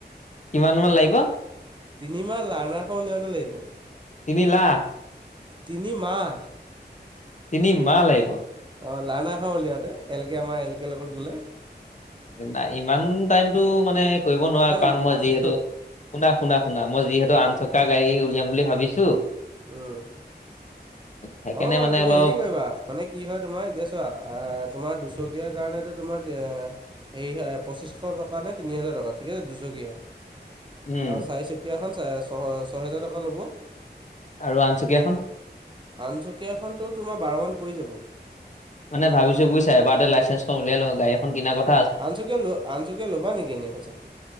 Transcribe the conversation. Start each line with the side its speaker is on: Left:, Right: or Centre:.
Left: কিমান মান লাগিব?
Right: তিনিমাহ লাৰ্ণাৰখন উলিয়াওঁতে লাগিব।
Left: তিনি লাখ?
Right: তিনি মাহ।
Left: তিনি মাহ লাগিব?
Right: অ লাৰ্নাৰখন ওলিয়াওতে এল কে আমাৰ এল কে লগত গলে।
Left: নাই ইমান টাইম‌টো মানে কৰিব নোৱাৰা
Right: না
Left: কাৰণ মই
Right: আছে।
Left: যিহেতু শুনা, শুনা, শুনা, মই যিহেতু আঠ চকা গাড়ী উলিয়াম বুলি ভাবিছো।
Right: উম।
Left: সেইকাৰণে
Right: হ'ব বাৰু
Left: মানে
Right: তুমি
Left: অলপ
Right: হেৰি কৰিবা মানে কি হয় তোমাৰ, এতিয়া চোৱা। আ তোমাৰ দুচকীয়াৰ কাৰণেটো তোমাৰ এ হেৰি হয় পঁচিছশ টকা নে তিনি হেজাৰ টকা ঠিক আছে দুচকীয়া।
Left: উম
Right: আৰু চাৰিচকীয়াখন চাৰে ছয় ছয়হেজাৰ টকা ল'ব।
Left: আৰু আঠ চকীয়াখন?
Right: আঠ চকীয়াখনতো তোমাৰ বাৰমান পৰি যাব।
Left: মানে ভাবিছো বুইছা এবাৰতে লাইচেঞ্চখন উলিয়াই লও গাড়ী এখন কিনা আগত।
Right: আনচকীয়া-আনচকীয়া ল'বা নেকি এনেই সঁচাকে?